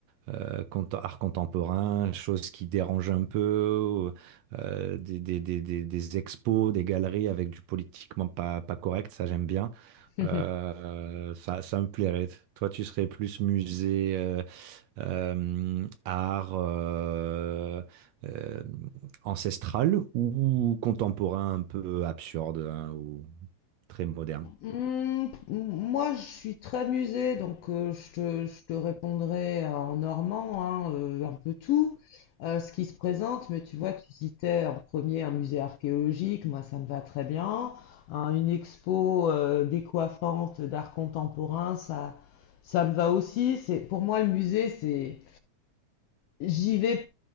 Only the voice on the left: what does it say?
<laughs>
Mm, Moi, je suis très musée, donc euh, je te, je te répondrai euh, en normand, hein, euh, un peu tout, euh, ce qui se présente, mais tu vois, tu citais en premier un musée archéologique, moi ça me va très bien, hein, une expo euh, décoiffante d'art contemporain, ça, ça me va aussi. C'est, pour moi, le musée, c'est, j'y vais